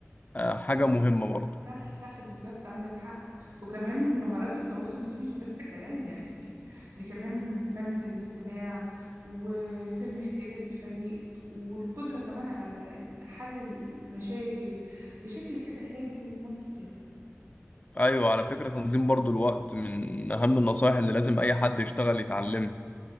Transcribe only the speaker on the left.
آه، حاجة مهمة برضه
أيوة على فكرة تنظيم برضه الوقت من أهم النصائح اللي لازم أي حد يشتغل يتعلمها